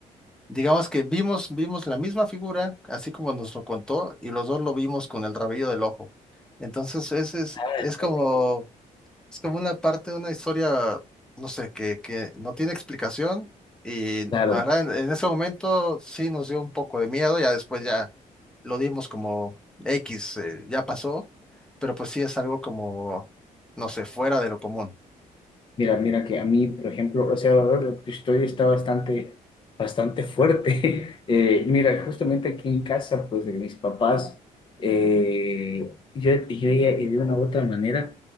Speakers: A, in the centre; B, on the left (about 35°).
A: digamos que vimos, vimos la misma figura, así como nos lo contó, y los dos lo vimos con el rabillo del ojo. Entonces, ese es,
B: Ah,
A: es como
B: oye,
A: es como una parte de una historia, no sé, que, que no tiene explicación. Y
B: Claro.
A: la verdad, en, en ese momento sí nos dio un poco de miedo. Ya después ya lo dimos como X, eh, ya pasó. Pero pues sí es algo como, no sé, fuera de lo común.
B: Mira, mira que a mí, por ejemplo, o sea, la verdad, tu historia está bastante, bastante fuerte. <laughs> Eh, mira, justamente aquí en casa, pues de mis papás, eh, yo, yo ya eh, de una u otra manera,